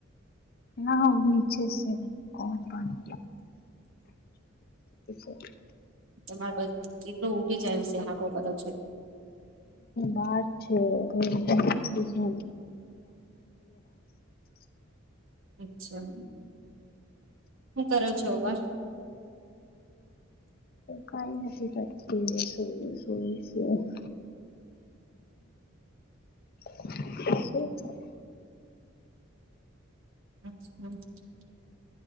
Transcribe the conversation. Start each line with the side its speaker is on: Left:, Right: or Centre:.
Left: ના નીચે છે કોણ પણ <inaudible>
Right: તમારે બસ એટલું ઉટી જાય છે હાકો કરો છો
Left: વા છેશે
Right: અચ્છા હું કરો છો બાર
Left: કઈ નથી કરતી <inaudible> છે <inaudible>
Right: અચ્છા <inaudible>